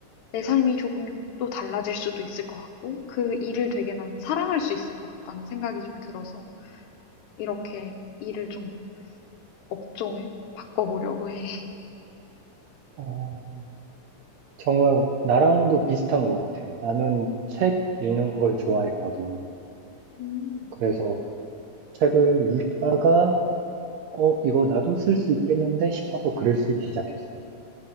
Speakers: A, on the left; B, on the right.
A: 내 삶이 조금 또 달라질 수도 있을 것 같고 그 일을 되게 나는 사랑할 수 있을 것 같다는 생각이 좀 들어서 이렇게 일을 좀 업종을 바꿔보려고 해. <laughs>
B: 어, 정말 나랑도 비슷한 것 같아. 나는 책 읽는 걸 좋아했거든.
A: 음,
B: 그래서 책을 읽다가, 어, 이거 나도 쓸 수 있겠는데 싶어서 글을 쓰기 시작했어.